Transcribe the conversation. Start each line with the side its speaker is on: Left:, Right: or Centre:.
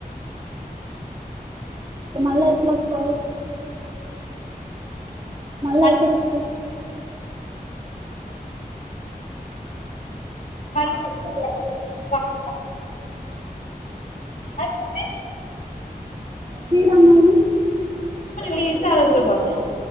Right: అయితే మళ్ళా ఎప్పుడుొస్తావు మళ్ళా
Left: మళ్ళీ
Right: ఎప్పడొస్తుంది
Left: ఎప్పుడైనా నెక్స్ట్ ఇయర్ మళ్ళీ
Right: ఆ
Left: కాలేజ్ కంప్లీట్ ఆ ఫోర్ డేస్
Right: శ్రీరామవమి
Left: పలీ సారాసుగల్ బాతా